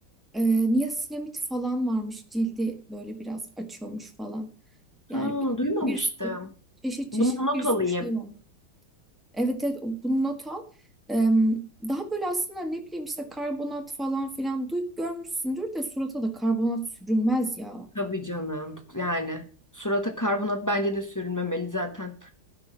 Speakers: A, in the centre; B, on the left.
A: Eee niasinamid falan varmış. Cildi böyle biraz açıyormuş falan. Yani
B: ha,
A: bir,
B: duymamıştım.
A: bir sürü çeşit
B: Bunu
A: çeşit
B: not
A: bir sürü
B: alayım.
A: şey var. Evet evet o- bunu not al. Em, daha böyle aslında ne bileyim işte karbonat falan filan duyup görmüşsündür de surata da karbonat sürülmez ya.
B: Tabii canım. Yani surata karbonat bence de sürülmemeli zaten.